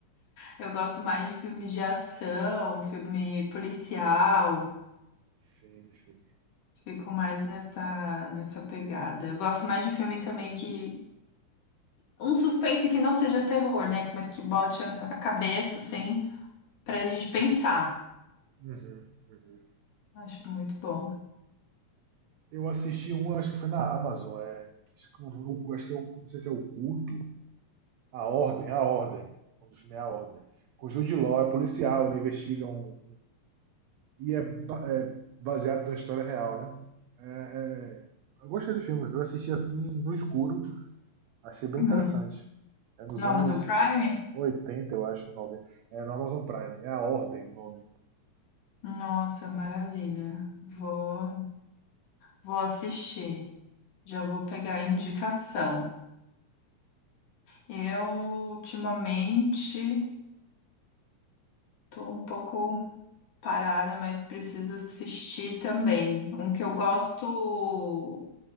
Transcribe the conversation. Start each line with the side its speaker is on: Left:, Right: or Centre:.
Left: Eu gosto mais de filme de ação, filme policial.
Right: Sim, sim.
Left: Fico mais nessa, nessa pegada. Eu gosto mais de filme também que Um suspense que não seja terror, né? Mas que bote a a cabeça, assim, pra gente pensar.
Right: Uhum, uhum.
Left: Acho muito bom.
Right: Eu assisti um, acho que foi na Amazon, é, acho que é o- acho que é o- não sei se é o culto, a ordem, a ordem, o nome do filme é a ordem. Com o Jude Law, é policial, ele investiga um e é, ba- é baseado na história real, né? É, é, eu gostei do filme, eu assisti assim no escuro, achei bem
Left: Hum.
Right: interessante. É nos
Left: No Amazon
Right: anos
Left: Prime?
Right: 80, eu acho, 90. É no Amazon Prime, é a ordem o nome.
Left: Nossa, maravilha. Vou, vou assistir. Já vou pegar a indicação. Eu, ultimamente, tô um pouco parada, mas preciso assistir também. Um que eu gosto